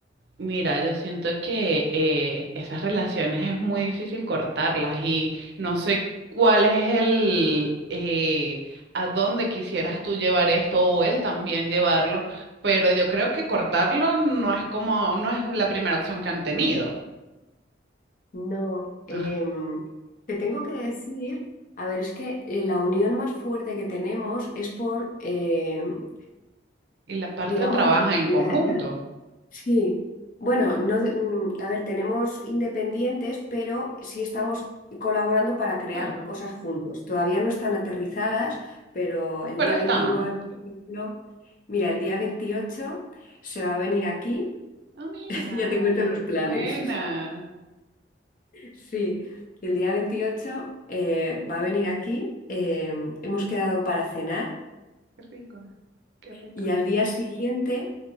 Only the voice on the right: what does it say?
Mira, yo siento que eh, esas relaciones es muy difícil cortarlas y no sé cuál es el, eh, a dónde quisieras tú llevar esto o él también llevarlo, pero yo creo que cortarlo no es como, no es la primera opción que han tenido.
Ah,
Y la parte
de trabajar en
conjunto,
claro.
Pero
están.
Ah, mira,
buena.
Qué rico, qué rico.